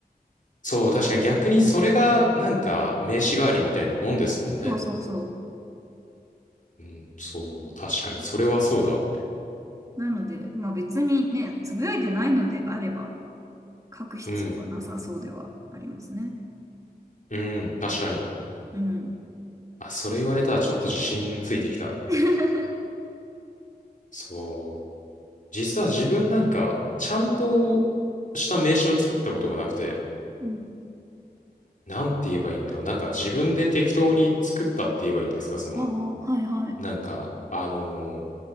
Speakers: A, on the left; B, on the right.
A: そう、確かに逆にそれが、なんか、名刺代わりみたいなもんですもんね。
B: そうそうそ
A: うん、そう、確かに、それはそうだ。
B: う。なので、まあ別にね、つぶやいてないのであれば、書く必要はなさそうではありますね。
A: うん、うん、確かに。
B: うん。
A: あ、それ言われたらちょっと自信ついてきた。
B: <laughs>
A: そう。実は自分なんか、ちゃんとした名刺を作ったことがなくて、
B: うん。
A: なんて言えばいいんだろう。なんか自分で適当に作ったって言えばいいんですかその、
B: ああ、はいはい。
A: なんか、あのー